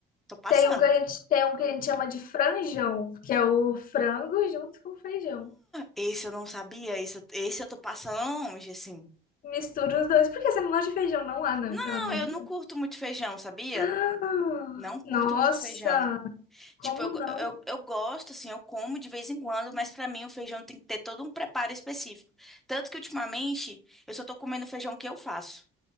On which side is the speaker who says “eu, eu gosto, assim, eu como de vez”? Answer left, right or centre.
Centre